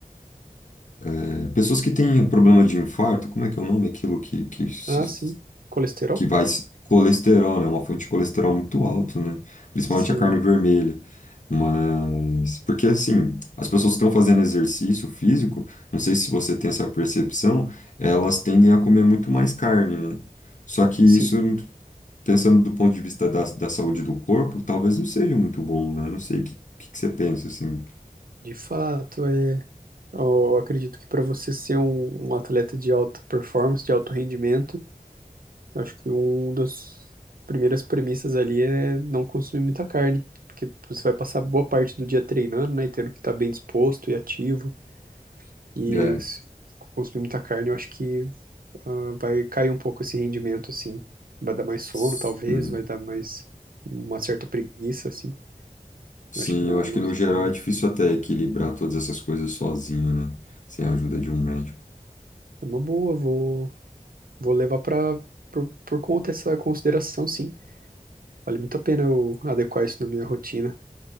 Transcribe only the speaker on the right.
Ah, sim. Colesterol?
Sim,
sim.
De fato, é. Eu acredito que para você ser um, um atleta de alta performance, de alto rendimento, eu acho que uma das primeiras premissas ali é não consumir muita carne, porque você vai passar boa parte do dia treinando, né, e tendo que estar bem disposto e ativo, e
se consumir muita carne, eu acho que ah, vai cair um pouco esse rendimento, assim, vai dar mais sono,
talvez, vai dar mais uma certa preguiça, assim,
eu acho que não,
não
seria
uma boa, vou, vou levar para por, por conta essa consideração, sim. Vale muito a pena eu adequar isso na minha rotina.